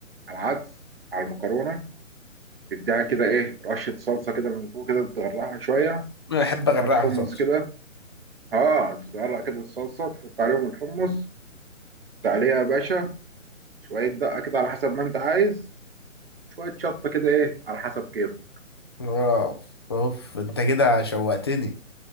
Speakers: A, on the right; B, on the left.
A: على العدس على المكرونة تديها كده ايه رشه صلصه كده من فوق كده تغرقها شويه
B: انا بحب اغرقها
A: شويه حمص
B: صلصه
A: كده اه تغرق كده الصلصه تحط عليهم الحمص تعليها يا باشا شويه دقه كده على حسب ما انت عايز شويه شطه كده ايه على حسب كيفك
B: اوف اوف انت كده شوقتني